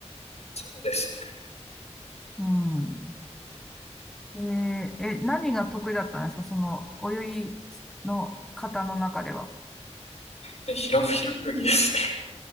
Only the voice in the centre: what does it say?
うん。えーえ、何が得意だったんですかその泳ぎの方の中では。